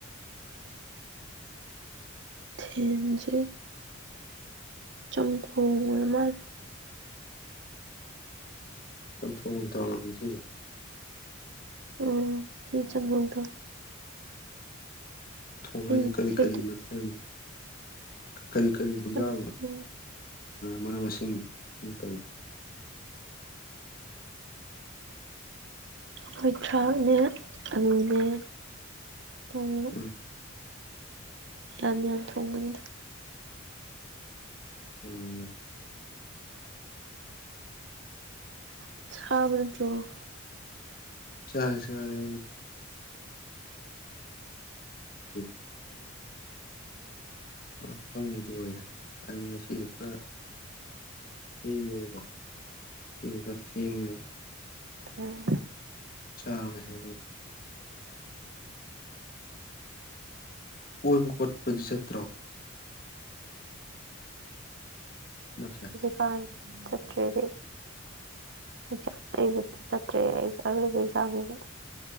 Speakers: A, on the right; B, on the left.
A: <unintelligible> ꯆꯝꯊꯣꯡꯉ ꯑꯣꯏꯔ ꯃꯥꯜ
B: ꯆꯝꯊꯣꯛ ꯑꯣꯏꯅ ꯇꯥꯔꯕꯅꯤ ꯁꯤꯁꯦ
A: ꯎꯝ ꯁꯤ ꯆꯝꯊꯣꯡꯊ
B: ꯊꯣꯡ ꯍꯥꯏꯁꯦ
A: ꯑꯩꯈꯩꯗꯤ
B: ꯀꯔꯤ ꯀꯔꯤ ꯃꯊꯦꯜ ꯀꯔꯤ ꯀꯔꯤ ꯍꯤꯟꯖꯥꯡ
A: ꯆꯝꯊꯣꯡ
B: ꯃꯔꯨꯞ ꯃꯁꯤꯡ ꯇꯧ
A: ꯍꯋꯥꯏ ꯊꯔꯥꯛꯅꯦ ꯑꯥꯂꯨꯅꯦ ꯇꯧꯔꯒ
B: ꯎꯝ
A: ꯃꯌꯥꯟ ꯃꯌꯥꯟ ꯊꯣꯡꯕꯅꯤꯗ
B: ꯎꯝ
A: <unintelligible> ꯅꯇ꯭ꯣꯔ
B: ꯆꯥꯔꯦ ꯆꯥꯔꯦ <unintelligible> ꯉꯥꯛꯇꯪꯕꯨꯗ ꯑꯣꯏꯔꯦ ꯑ ꯉꯁꯤꯁꯦ ꯈꯔ ꯇꯦꯡꯉꯦꯕꯀꯣ <unintelligible>
A: ꯎꯝ
B: ꯆꯥꯕꯁꯦ ꯀꯣꯏꯕ ꯈꯣꯠꯄꯗꯨ ꯆꯠꯇ꯭ꯔꯣ <unintelligible>
A: <unintelligible> ꯆꯢꯇꯔꯦ ꯑꯩꯗꯤ ꯑꯦꯛꯖꯥꯝ ꯂꯩꯕꯅ ꯆꯠꯇ꯭ꯔꯦ ꯑꯩ ꯑꯔꯣꯏꯕ ꯑꯦꯛꯖꯥꯝꯅꯤꯅ